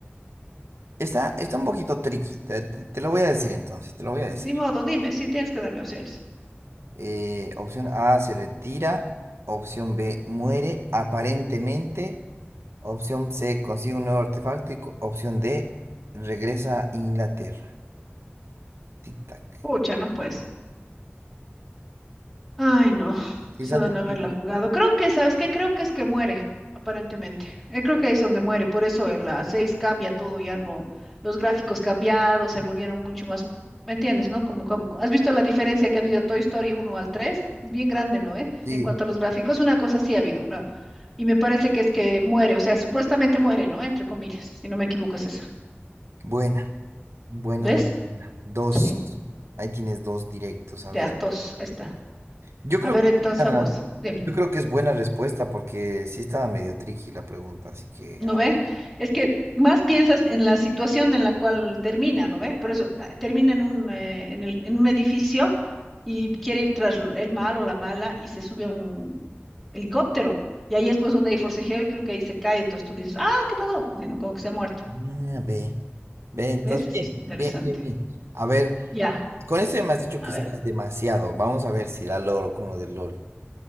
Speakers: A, on the right; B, in the centre.
A: Está, está un poquito tricky. te te- te lo voy a decir entonces, te lo voy a decir.
B: Ni modo, dime, si tienes que darme opciones.
A: Eh, opción A se retira. Opción B muere aparentemente. Opción C consigue un nuevo artefacto. Y co- opción D regresa a Inglaterra. Tic-tac.
B: Pucha, no pues. Ay, no,
A: ¿Sí
B: eso
A: está
B: de
A: tranquila?
B: no haberla jugado. Creo que, ¿sabes qué? Creo que es que muere, aparentemente. Eh, creo que es donde muere. Por eso en la 6 cambia todo, ya no, los gráficos cambiaron, se volvieron mucho más, ¿me entiendes, no? Como, como, ¿has visto la diferencia que ha habido Toy Story uno al 3? Es bien grande, ¿no? ¿Eh?
A: Sí,
B: En cuanto a los gráficos, una cosa sí ha habido, una, y me parece que es que muere, o sea, supuestamente muere, ¿no? Entre comillas, si no me equivoco es esa.
A: buena. Bueno,
B: ¿Ves?
A: buena. buena. Dos.
B: Sí.
A: Ahí tienes dos directos. A
B: Ya,
A: ver.
B: dos, ahí está.
A: Yo
B: A
A: creo
B: ver,
A: que,
B: entonces
A: ah,
B: a vos, dime.
A: yo creo que es buena respuesta porque sí estaba medio tricky la pregunta. Así que,
B: ¿No
A: a ver.
B: ve? Es que más piensas en la situación en la cual termina, ¿no ve? Por eso ah, termina en un, eh, en el- en un edificio y quiere ir tras l- el malo o la mala y se sube a un helicóptero. Y ahí es pues donde hay forcejeo y creo que ahí se cae. Entonces tú dices, ah, ¿qué pasó? Así, ¿no? Como que se ha muerto.
A: Ah, B. B, entonces,
B: ¿Ves? Así
A: bien,
B: es interesante.
A: bien, bien, bien. A ver.
B: Ya,
A: Con esto ya me has dicho
B: a
A: que
B: ver,
A: sabes demasiado. Vamos a ver si la logro con lo del LOL.